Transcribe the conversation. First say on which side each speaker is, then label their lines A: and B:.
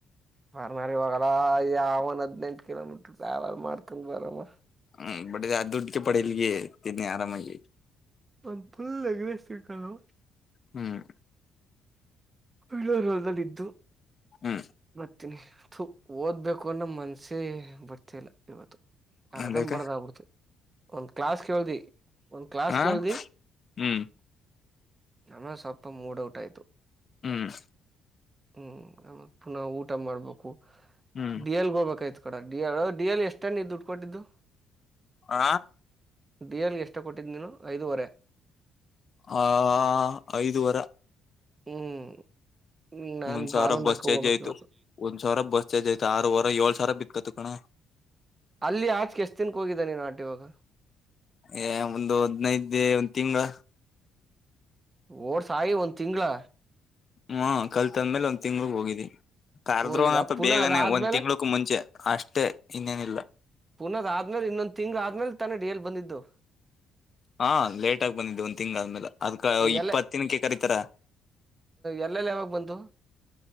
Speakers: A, on the right; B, on the left.
A: ಮಾರ ಮಾರ ಒಲ ಯಾವನ್ ಹದಿನಂಟು ಕಿಲೋಮೀಟರ್ ಯಾವ ಮಾಡ್ತ ಬರಮ್ಮ
B: ಹ್ಮ್ ಬಡ ದುಡ್ಕ ಪಡಲಿಗೆ ತಿನ್ನಿ ಆರಾಮಾಗಿ
A: ಒಂದು ಫುಲ್ ಎಗ್ರಸ್ ಸಿರ್ಕವು
B: ಹ್ಮ್
A: ಇಳೂಲ್ದಲ್ಲಿ ಇದಿದ್ದು
B: ಹ್ಮ್
A: ಮರ್ತೀನಿ ಓದ್ಬೇಕು ಅನ್ನೋ ಮನ್ಸಿ ಬರ್ತಿಲ್ಲ ಇವತ್ತು ಅರ್ಧಮ
B: ಅದಕ್ಕ
A: ಬರ್ದ ಆಗ್ಬಿಡ್ತ ಒಂದ್ ಕ್ಲಾಸ್ ಕೇಳ್ದಿ ಒಂದ್ ಕ್ಲಾಸ್
B: ಹ
A: ಕೇಳ್ದಿ
B: ಹ್ಮ್
A: ನಮ್ಮ ಸ್ವಲ್ಪ ಮೂಡ್ ಔಟ್ ಆಯ್ತು
B: ಹ್ಮ್
A: ಹ್ಮ್ ಆತ್ ಪುನಃ ಊಟ ಮಾಡ್ಬೇಕು
B: ಹ್ಮ್
A: ಡ ಎಲ್ಗೆ ಹೋಗ್ಬೇಕಾಯ್ತು ಕಡ ಡಿ ಎ ಡಿ ಎಲ್ ಎಷ್ಟಣ ದುಡ್ಡು ಕೊಟ್ಟಿದ್ದು
B: ಆ
A: ಡಿ ಎನ್ಗೆ ಎಷ್ಟು ಕೊಟ್ಟಿದ್ದ ನೀನು ಐದುವರೆ
B: ಹ ಐದುವರ
A: ಹ್ಮ್ ನಾನ್
B: ಒಂದ್ ಸಾವಿರ
A: ಬಾಲುನಾಕ
B: ಬಸ್ ಚಾರ್ಜ್
A: ಹೋಗ್ಬೇಕಕ್
B: ಆಯ್ತು
A: ಇವತ್ತು
B: ಒಂದ್ ಸಾವಿರ ಬಸ್ ಚಾರ್ಜ್ ಆಯ್ತು ಆರೂವರೆ ಏಳ್ ಸಾವಿರ ಕತ್ಕಣ
A: ಅಲ್ಲಿ ಆಚಕೆ ಎಷ್ಟ್ ದಿನಕ ಹೋಗಿದ್ದ ನೀನ್ ನಟ ಇವಾಗ
B: ಏ ಒಂದು ಹದ್ನೈದು ಒಂದ್ ತಿಂಗಳ
A: ಓಡ್ಸಾಯಿ ಒಂದ್ ತಿಂಗಗಳ
B: ಹ್ಮ ಕಲ್ತಂದ್ಮೇಲೆ ಒಂದ್ ತಿಂಗ್ಳಗ್ ಹೋಗಿದಿವಿ ಕಾರದ್ರುನಪ
A: ಹೋಗಿದ ಪುನಃ
B: ಬೇಗನೆ
A: ಅದಾದ್ಮೇಲೆ
B: ಒಂದ್ ತಿಂಗ್ಳಕ್ ಮುಂಚೆ ಅಷ್ಟೇ ಇನ್ನೇನಿಲ್ಲ
A: ಪುನಃ ಆದ್ಮೇಲೆ ಇನ್ನೊಂದ್ ತಿಂಗ್ಳ ಆದ್ಮೇಲೆ ತಾನಡಿಿಯಲ್ಲಿ ಬಂದಿದ್ದು
B: ಹಾ ಲೇಟ್ ಆಗ ಬಂದಿದ್ದೆ ಒಂದ್ ತಿಂಗ್ ಆದ್ಮೇಲೆ ಅದ್ಕ ಇಪ್ಪತ್ತ
A: ಎಲ್ಲ
B: ದಿನಕ್ಕೆ ಕರೀತಾರ
A: ಎಲ್ ಎಲ್ ಯಾವಾಗ ಬಂತು